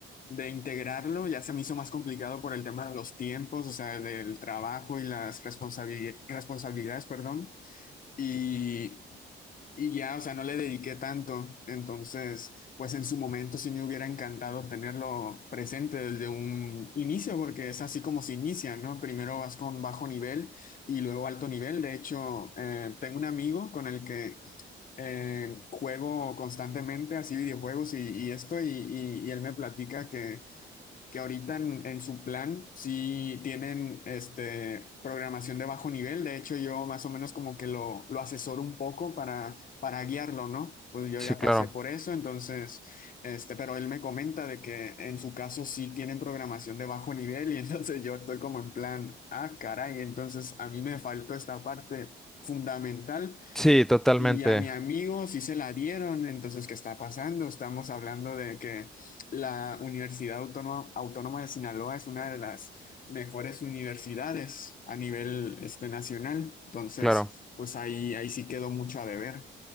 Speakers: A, on the left; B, in the centre.
A: de integrarlo, ya se me hizo más complicado por el tema de los tiempos, o sea, del trabajo y las responsabili- responsabilidades, perdón. Y y ya, o sea, no le dediqué tanto. Entonces, pues en su momento sí me hubiera encantado tenerlo presente desde un inicio, porque es así como se inicia, ¿no? Primero vas con bajo nivel y luego alto nivel. De hecho, eh, tengo un amigo con el que eh, juego constantemente así videojuegos y, y esto, y, y- y él me platica que que ahorita en, en su plan sí tienen este, programación de bajo nivel. De hecho, yo más o menos como que lo, lo asesoro un poco para, para guiarlo, ¿no? Pues yo
B: Sí,
A: ya
B: claro.
A: pasé por eso, entonces, este, pero él me comenta de que en su caso sí tienen programación de bajo nivel y <laughs> entonces yo estoy como en plan, ah, caray, entonces a mí me faltó esta parte fundamental
B: Sí, totalmente.
A: y a mi amigo sí se la dieron, entonces, ¿qué está pasando? Estamos hablando de que la Universidad Autónoma, Autónoma de Sinaloa es una de las mejores universidades a nivel este, nacional, entonces,
B: Claro.
A: pues ahí, ahí sí quedó mucho a deber.